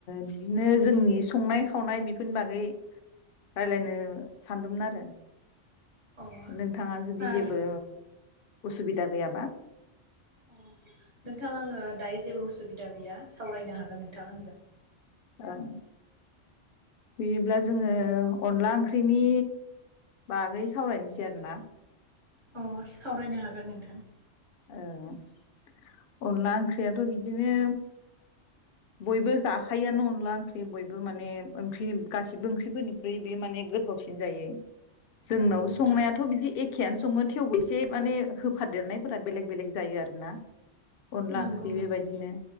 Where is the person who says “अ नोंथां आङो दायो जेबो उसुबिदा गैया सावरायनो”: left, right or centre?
Right